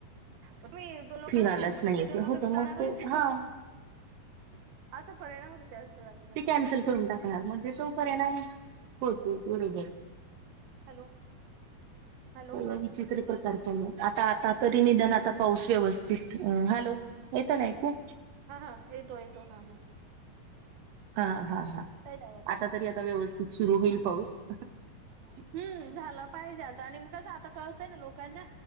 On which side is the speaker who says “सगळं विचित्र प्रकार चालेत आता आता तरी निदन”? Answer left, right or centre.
Right